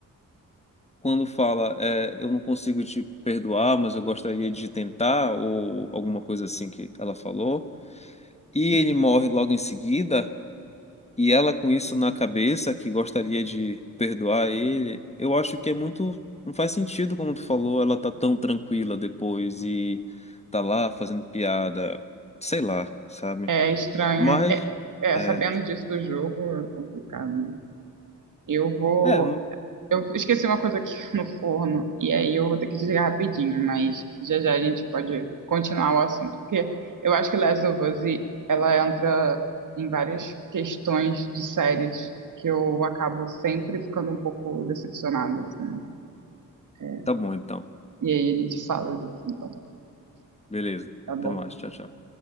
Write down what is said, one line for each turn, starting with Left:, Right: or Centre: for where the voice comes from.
Left: quando fala, é, eu não consigo te perdoar, mas eu gostaria de tentar, ou alguma coisa assim que ela falou, e ele morre logo em seguida. e ela com isso na cabeça, que gostaria de perdoar ele, eu acho que é muito. Não faz sentido, como tu falou, ela tá tão tranquila depois e tá lá fazendo piada, sei lá, sabe?
Right: É estranho.
Left: Mas,
Right: É, é,
Left: é.
Right: sabendo disso do jogo é complicado, né? Eu vou.
Left: É,
Right: Eu esqueci uma coisa aqui <laughs> no forno e aí eu vou ter que desligar rapidinho, mas já já a gente pode continuar o assunto, porque eu acho que Last of Us ela entra em várias questões de séries que eu acabo sempre ficando um pouco decepcionada, assim. é,
Left: tá bom então.
Right: E aí a gente fala disso, então,
Left: Beleza.
Right: tá bom?
Left: Até mais. Tchau, tchau.